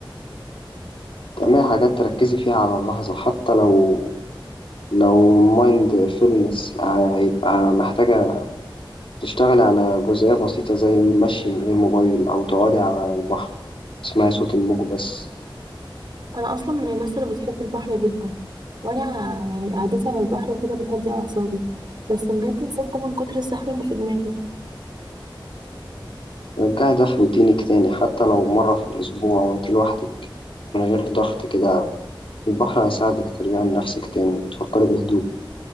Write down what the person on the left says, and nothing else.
تعملي حاجات تركزي فيها على اللحظة حتى لو لو مايند فيلنس هيبقى محتاجة تشتغلي على جزئية بسيطة زي المشي من غير موبايل أو تقعدي على البحر تسمعي صوت الموج بس
رجعي ده في روتينك تاني حتى لو مرة في الأسبوع وأنت لوحدك من غير ضغط كده البحر هيساعدك ترجعي لنفسك تاني تفكري بهدوء